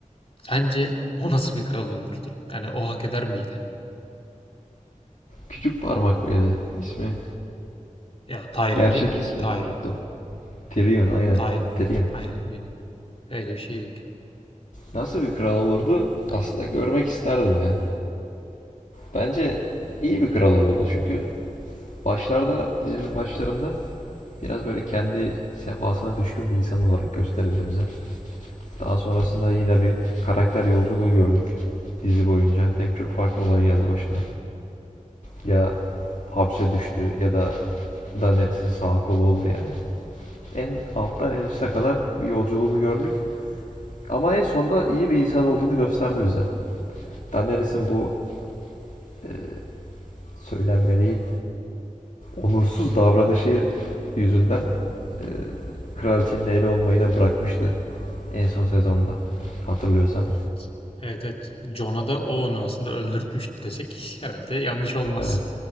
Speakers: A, on the left; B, on the left.
A: sence o nasıl bir kral olurdu? Yani o hak eder miydi?
B: küçük parmak mıydı ismi?
A: Ya Tyrion
B: Gerçek
A: değil miydi?
B: ismini
A: Tyrion.
B: unuttum. Tyrion aynen.
A: Tyrion.
B: Tyrion.
A: Aynen öyle. Öyle bir şeydi ki.
B: Nasıl bir kral olurdu? Aslında görmek isterdim ya. Bence iyi bir kral olurdu. Çünkü başlarda dizinin başlarında biraz böyle kendi sefasına düşkün bir insan olarak gösterildi bize. Daha sonrasında yine bir karakter yolculuğu gördük dizi boyunca. Pek çok farklı olay geldi başına. Ya hapse düştü ya da Daenerys'in sağ kolu oldu yani. En alttan en üste kadar bir yolculuğunu gördük. Ama en sonunda iyi bir insan olduğunu gösterdi bize. Daenerys'in bu e, söylenmeliği onursuz davranışı yüzünden e, Kraliçenin eli olmayı da bırakmıştı en son sezonda. Hatırlıyorsan.
A: Evet. Evet evet. Jon'a da o onu aslında öldürtmüştü desek herhalde yanlış olmaz.
B: Evet.